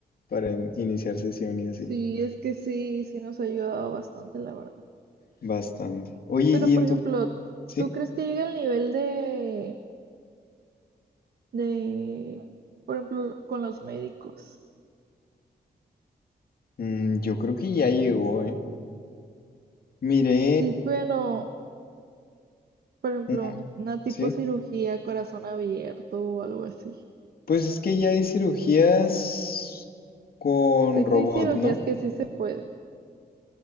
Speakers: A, on the left; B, on the right.
A: para in- iniciar sesión y así.
B: Sí, es que sí, sí nos ha ayudado bastante, la verdad.
A: Bastante. Oye,
B: Pero,
A: ¿y en
B: por ejemplo,
A: tu... Sí?
B: ¿tú crees que llega al nivel de, de, por ejemplo, con los médicos?
A: Mm, yo creo que ya llegó, ¿eh? Miré...
B: Sí, pero, por ejemplo,
A: un-
B: un- una tipo
A: ¿Sí?
B: cirugía, corazón abierto o algo así.
A: Pues es que ya hay cirugías con
B: Sé
A: robot,
B: que hay cirugías
A: ¿no?
B: que sí se puede.